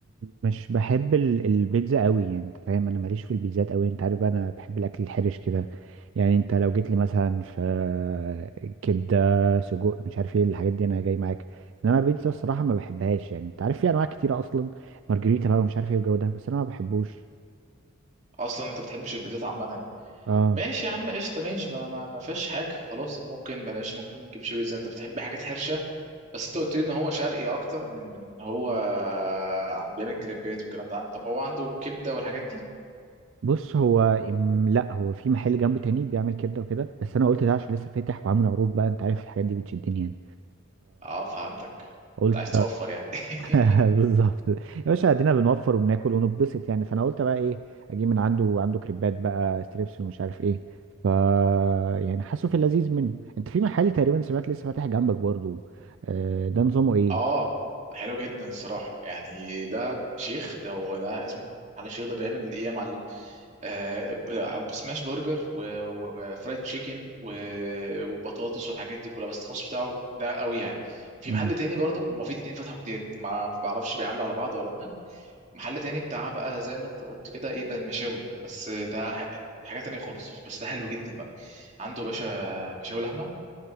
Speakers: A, on the right; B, on the right.
A: مش بحب ال- البيتزا قوي يعني انت فاهم انا ماليش في البيتزات قوي انت عارف بقى انا بحب الاكل الحرش كده يعني انت لو جيت لي مثلا في كبده سجق مش عارف ايه الحاجات دي انا جاي معاك انما البيتزا الصراحه ما بحبهاش يعني انت عارف في انواع كتيره اصلا مارجريتا بقى ومش عارف ايه والجو ده بس انا ما بحبوش
B: اصلا انت بتحبش البيتزات عامه
A: اه
B: ماشي يا عم قشطة ماشي ما, ما, ما فيهاش حاجة خلاص ممكن بلاش ممكن نجيب شوية زي انت بتحب حاجات حرشة بس انت قلت لي ان هو شرقي اكتر من من هو عم بيعمل كريبات والكلام ده عن- طب هو عنده كبدة والحاجات دي
A: بص هو ام، لا هو في محل جنبه تاني بيعمل كبده وكده بس انا قلت ده عشان لسه فاتح وعامل عروض بقى انت عارف الحاجات دي بتشدني يعني
B: اه فهمتك
A: فقلت
B: انت عايز توفر يعني
A: <laughs>
B: <laughs>
A: بالظبط يا باشا ادينا بنوفر وبناكل ونتبسط يعني فانا قلت بقى ايه اجيب من عنده عنده كريبات بقى ستريبس ومش عارف ايه ف يعني حاسه في اللذيذ منه انت في محل تقريبا سمعت لسه فاتح جنبك برضه آه، ده نظامه ايه
B: اه حلو جدا الصراحة يعني ده شيخ هو ده اسمه على الشيخ ده بيعمل ايه يا معلم آه، ب- بسماش برجر و- وفرايد تشيكن و- وبطاطس والحاجات دي كلها بس الخاص بتاعه ده قوي يعني في
A: مم.
B: محل تاني برضه هما في اتنين فتحوا جداد ما بعرفش بيعلوا على بعض ولا لا محل تاني بتاع بقى زي ما انت قلت كده ايه بقى مشاوي بس ده ح- حاجة تانية خالص بس ده حلو جدا بقى عنده باشا مشاوي لحمة